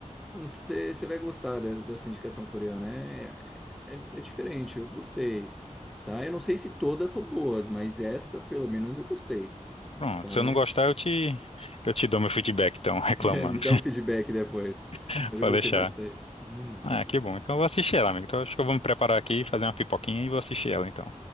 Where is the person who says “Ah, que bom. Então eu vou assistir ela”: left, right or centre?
Left